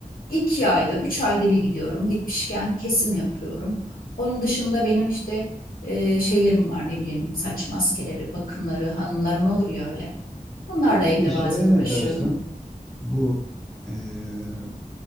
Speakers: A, on the left (about 80°); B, in the centre.
A: iki ayda, üç ayda bir gidiyorum. Gitmişken kesim yapıyorum. Onun dışında benim işte e, şeylerim var ne bileyim saç maskeleri, bakımları, hanımların olur ya öyle. Onlarla
B: Peki
A: evde
B: şeye
A: bazen uğraşıyorum.
B: ne dersin? Bu eee,